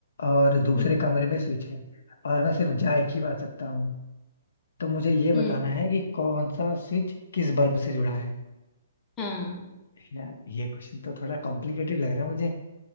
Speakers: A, on the left; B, on the left.
A: और दूसरे
B: हम्म
A: कमरे में स्विच है और मैं सिर्फ जा एक ही बार सकता हूँ तो मुझे ये बताना
B: हम्म
A: है कि कौन सा स्विच किस बल्ब से जुड़ा है
B: हाँ
A: यार ये क्वेश्चन तो थोड़ा कॉम्प्लिकेटेड लग रहा है मुझे